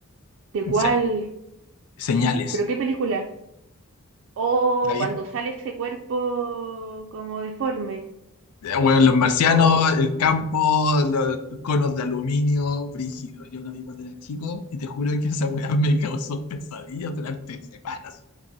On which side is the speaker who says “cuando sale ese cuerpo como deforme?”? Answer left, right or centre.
Right